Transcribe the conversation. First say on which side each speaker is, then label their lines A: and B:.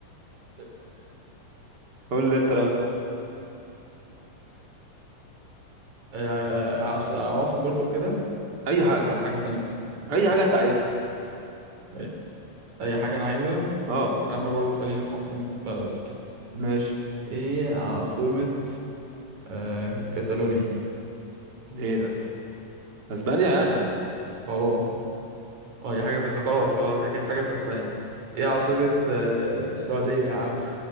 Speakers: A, on the right (about 60°); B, on the right (about 35°).
A: <laughs>
B: قول لي انت
A: كم
B: لو انت
A: آه، عاص- عواصم برضو كده
B: اي حاجه
A: ولا حاجة تانية
B: اي حاجه انت عايزها
A: أي أي حاجة أنا عايزها
B: اه
A: يا عم برضو خلينا في عاصمة بلد
B: ماشي
A: إيه عاصمة آه كاتالونيا
B: ايه ده اسبانيا يعني ولا ايه
A: خلاص أه هي حاجة في أسبانيا خلاص خلاص هي كانت حاجة في أسبانيا إيه عاصمة آه السعودية يا عم